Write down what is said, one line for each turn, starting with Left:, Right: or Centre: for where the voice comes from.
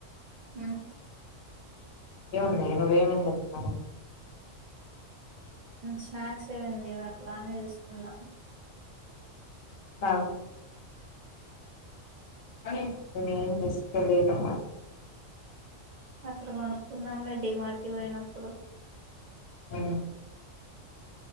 Right: ఆ
Left: ఏమున్నాయ్ నువు ఏమేం చెప్తాన్నావ్
Right: స్నాక్స్ ఇవం ఇవలానే చూస్తున్న
Left: ఆ నేనేం ఏం చేస్తలేన్నమ్మ
Right: అక్కడ కొనుక్కున్నాం డి మాట్కి పోయినప్పుడు
Left: ఆ